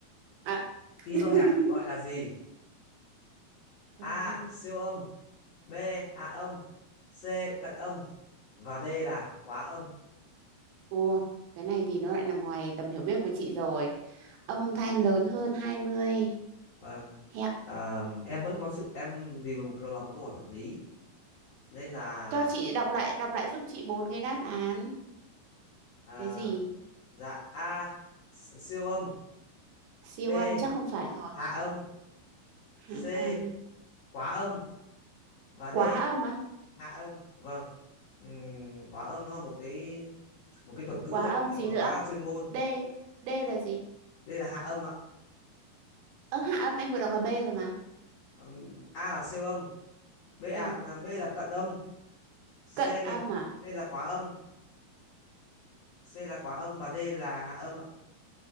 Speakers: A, on the right (about 80°); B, on the left (about 80°).
A: À.
B: kilohertz
A: <laughs>
B: gọi là gì?
A: Âm
B: A.
A: thanh.
B: Siêu âm B. Hạ âm C. Cận âm và D là quá âm
A: Ồ, cái này thì nó lại nằm ngoài tầm hiểu biết của chị rồi. Âm thanh lớn hơn 20
B: vâng
A: Hẹt.
B: à, em vẫn có sự em vì một là một câu hỏi vật lý nên là
A: Cho chị đọc lại đọc lại giúp chị bốn cái đáp án.
B: à,
A: Cái gì?
B: dạ A siêu âm
A: Siêu
B: B
A: âm chắc không phải rồi.
B: hạ âm
A: Hạ
B: C
A: âm.
B: quá âm và D
A: Quá âm á?
B: hạ âm vâng Ừm, quá âm nó là một cái một cái thuật ngữ
A: Quá
B: em
A: âm
B: nghĩ
A: gì
B: là nó
A: nữa?
B: khá là chuyên môn
A: D. D là gì?
B: đây là hạ âm ạ
A: Ơ hạ âm em vừa đọc là B rồi mà.
B: Ừm, A là siêu âm B à,
A: Ừ.
B: mà B là cận âm C
A: Cận âm à?
B: C là quá âm C là quá âm và D là hạ âm ạ